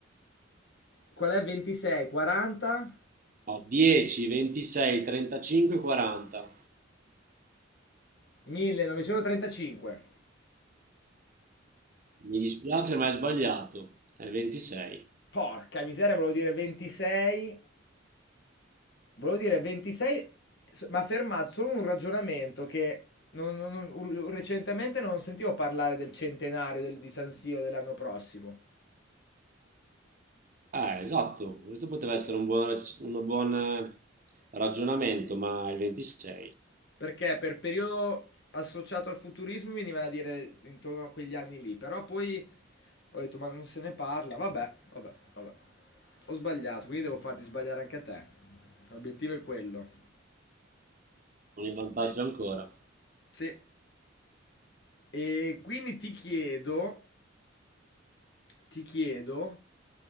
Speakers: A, on the left (about 60°); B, on the right (about 45°).
A: qual è? 26, 40,
B: Fa 10, 26, 35, 40.
A: 1935.
B: Mi dispiace, ma hai sbagliato. È il 26.
A: Porca miseria, volevo dire 26. Volevo dire 26, s- ma fermato solo un ragionamento che non- non- non- u- recentemente non sentivo parlare del centenario del- di San Siro dell'anno prossimo.
B: Ah, esatto. Questo poteva essere un buon, rac- un buon eh, ragionamento, ma è il 26.
A: Perché per periodo associato al futurismo mi veniva da dire intorno a quegli anni lì, però poi ho detto ma non se ne parla, vabbè, vabbè, vabbè. Ho sbagliato, quindi devo farti sbagliare anche a te. L'obiettivo è quello.
B: Sono in vantaggio ancora.
A: Sì. E quindi ti chiedo ti chiedo,